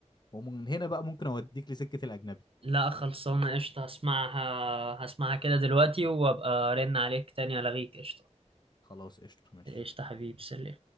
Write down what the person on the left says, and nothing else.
ومن هنا بقى ممكن اوديك لسكه الاجنبي
خلاص قشطه ماشي